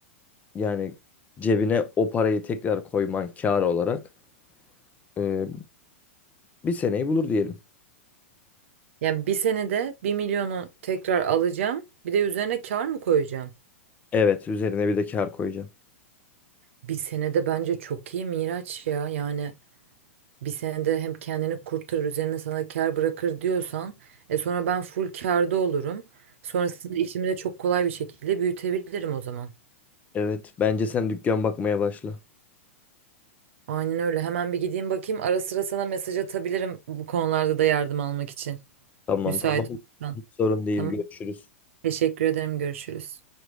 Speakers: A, on the left; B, on the right.
A: yani cebine o parayı tekrar koyman kar olarak e, bir seneyi bulur diyelim.
B: Yani bir senede bir milyonu tekrar alacağım bir de üzerine kar mı koyacağım?
A: Evet, üzerine bir de kar koyacağım.
B: Bir senede bence çok iyi Miraç ya yani bir senede hem kendini kurtarır üzerine sana kar bırakır diyorsan e sonra ben full karda olurum. Sonrasında işimi de çok kolay bir şekilde büyütebilirim o zaman.
A: Evet, bence sen dükkan bakmaya başla.
B: Aynen öyle. Hemen bir gideyim bakayım. Ara sıra sana mesaj atabilirim bu konularda da yardım almak için.
A: Tamam
B: Müsait
A: tamam.
B: olursan.
A: Hiç sorun değil.
B: Tamam.
A: Görüşürüz.
B: Teşekkür ederim. Görüşürüz.